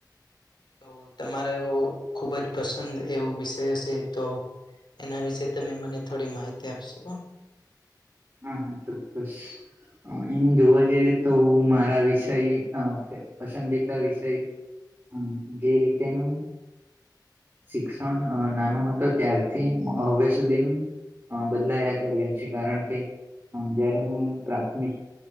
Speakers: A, on the left; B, on the right.
A: તો તમારે ખુબ જ પસંદ એવો વિષય હ છે તો એના વિશે તમે મને થોડી માહિતી આપશો,
B: હા હા ચોક્કસ એમ જોવા જઈએ તો હું મારા વિષય પસંદીતા વિષય હમ્મ જે રીતેનું શિક્ષણ નાનો હતો, ત્યારથી હવે સુધીનું હ બદલાયા કર્યા છે, કારણ કે હ જયારે હું પ્રાથમિક